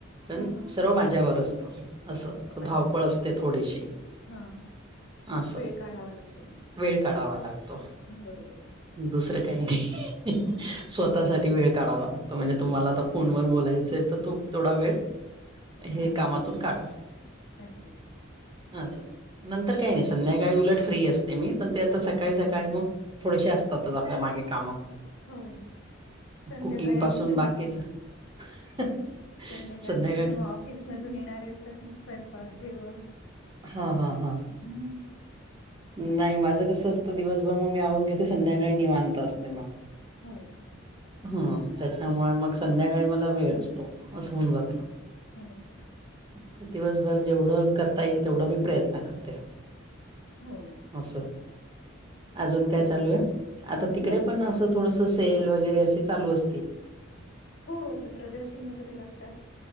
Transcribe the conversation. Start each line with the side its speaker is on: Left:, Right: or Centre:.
Right: पण
Left: हा हा
Right: सर्व माझ्यावर असत. असं तर धावपळ
Left: अच्छा अच्छा
Right: असते थोडीशी.
Left: हा हा
Right: असं
Left: वेळ काढावा लागतो मग.
Right: वेळ काढावा लागतो
Left: बरोबर आहे
Right: दुसरं काही नाही
Left: हम्म
Right: स्वतः तासाठी वेळ काढावा लागतो म्हणजे तुम्हाला आता फोन वर बोलायचंय तर थोडा वेळ. हे
Left: हा
Right: कामातून काढा,
Left: अच्छा अच्छा
Right: अस. नंतर काही नाही संध्याकाळी उलट फ्री असते मी पण ते आता सकाळी-सकाळी मग. थोडेसे असतातच आपल्या मागे कामं.
Left: हो
Right: <inaudible>
Left: हो संध्याकाळी
Right: कुकिंग
Left: आमचं
Right: पासून बाकीच. <unintelligible>
Left: संध्याकाळचे
Right: संध्याकाळ
Left: तेव्हा ऑफिस मधून येणारे असतात मग स्वयंपाक जेवण.
Right: हा हा हा.
Left: हम्म.
Right: नाही माझं कसं असतं दिवसभर मग मी आवरून घेते संध्याकाळी मग निवांत असते मग.
Left: हो की.
Right: हम त्याच्यामुळे मग संध्याकाळी मला वेळ असतो असं होऊन जातं.
Left: हम्म.
Right: तर दिवसभर जेवढं करता येईल तेवढा मी प्रयत्न करते.
Left: हो
Right: अस, अजून काय चालू आहे? आता तिकडे
Left: बस
Right: पण अस. थोडस सेल वगैरे असे चालू असतील.
Left: हो येथे प्रदर्शनी वगैरे लागतात.